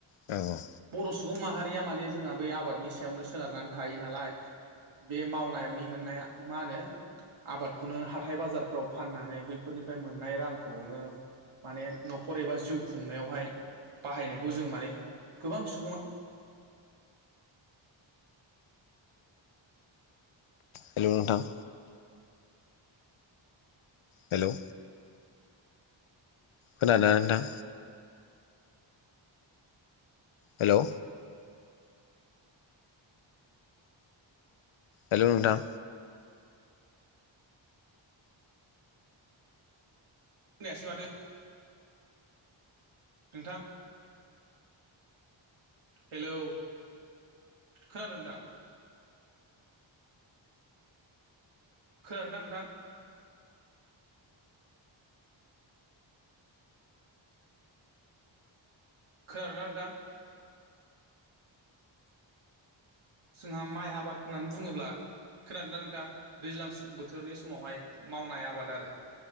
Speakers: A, on the left; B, on the right.
A: औ औ
B: बर' सुबुं माहारिया माने जोंहा बै आबादनि सायावनो सोनारनानै थायो नालाय बे मावनानै मोननाय मा होनो? आबादखौनो हाथाय बाजारफ्राव फाननानै बैफोरनिफ्राय मोननाय रांखौनो माने नखर एबा जिउ खुंनायावहाय बाहायनायखौ जों माने गोबां सुबुङा
A: हेल' नोंथां। हेलौ खोनादोना नोंथां? हेलौ हेल' नोंथां।
B: खोनायासै माथो। नोंथां। हेलौ खोनादों नोंथां। खोनादोंना नोंथां? खोनादोंना नोंथां? जोंहा माइ आबाद होननानै बुङोब्ला खोनादोंना नोंथां दैज्लां बोथोरनि समावहाय मावनाय आबाद आरो